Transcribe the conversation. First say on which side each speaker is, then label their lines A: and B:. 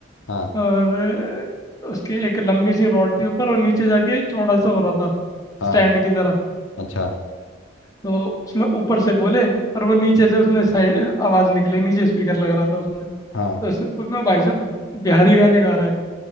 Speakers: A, on the left; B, on the left.
A: हाँ
B: और उसके एक लंबी सी रॉड थी ऊपर और नीचे जाके चौड़ा सा हो रहा था
A: हाँ
B: स्टैंड की तरह
A: अच्छा
B: तो उसमें ऊपर से बोले और वो नीचे से उसमें साइड आवाज निकले नीचे स्पीकर लग रहा था उसमें
A: हाँ
B: तो उस- उसमें भाई साहब बिहारी गाने गा रहा है